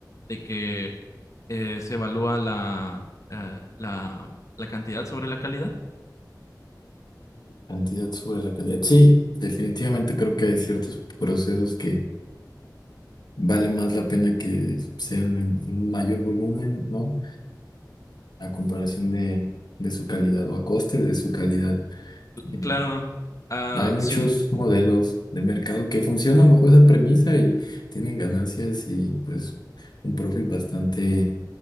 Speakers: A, on the left (about 50°); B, on the left (about 75°).
A: de que eh, se evalúa la, eh, la, la cantidad sobre la calidad.
B: cantidad sobre la calidad. Sí, definitivamente creo que hay ciertos procesos que vale más la pena que sean en un mayor volumen, ¿no? A comparación de, de su calidad o a coste de su calidad.
A: Cl-
B: Eh,
A: Claro, ah,
B: Hay muchos
A: sí,
B: modelos de mercado que funcionan bajo esa premisa y tienen ganancias y pues un profit bastante